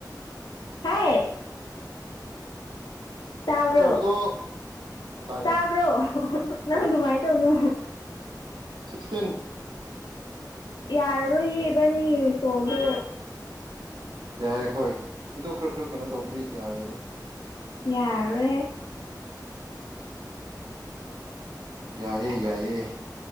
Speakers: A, on the left; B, on the right.
A: ꯍꯥꯏ ꯇꯥꯕ꯭ꯔꯣ
B: ꯑꯆꯧꯕꯗꯣ ꯇꯥꯏ
A: ꯇꯥꯕ꯭ꯔꯣ
B: ꯇꯥꯏ
A: ꯅꯪ
B: ꯇꯥꯏ
A: ꯑꯗꯨꯃꯥꯏꯅ ꯇꯧꯅꯨ
B: ꯁꯤꯛꯁꯇꯤꯟ
A: ꯌꯥꯔꯔꯣꯏꯌꯦ ꯏꯕꯥꯟꯅꯤꯒꯤ
B: ꯎꯝ
A: ꯀꯣꯜꯗꯣ
B: ꯌꯥꯏ ꯍꯣꯏ ꯑꯣ ꯈꯔ ꯈꯔ ꯀꯩꯅꯣ ꯇꯧꯕꯗꯤ ꯌꯥꯏꯌꯦꯗ
A: ꯌꯥꯔꯣꯏꯍꯦ
B: ꯌꯥꯏꯌꯦ ꯌꯥꯏꯌꯦ